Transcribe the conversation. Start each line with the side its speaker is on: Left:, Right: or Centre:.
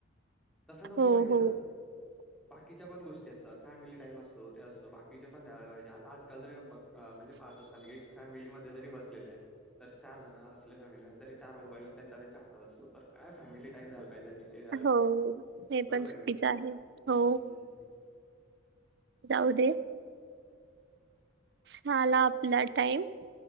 Centre: तसं नको
Right: हो
Centre: पाहिजे
Right: हो
Centre: ना.
Right: <inaudible>
Centre: बाकीच्या पण गोष्टी असतात फॅमिली टाईम असतो ते असतो बाकीचे पण <unintelligible> आता आजकाल तुम्ही बघ अ म्हणजे पाच साल एक फॅमिली मध्ये जरी बसलेले आहे. तर चारजण असले फॅमिलीमध्ये तरी चार मोबाईल त्यांच्या त्यांच्या हातात असतो तर काय फॅमिली टाइम द्यायला पाहिजे त्यांनी ते द्यायला पाहिजे
Right: हो, ते
Centre: बरोबर
Right: पण चुकीचं
Centre: की
Right: आहे हो.
Centre: नाही हम्म.
Right: जाऊदे. झाला आपला टाईम.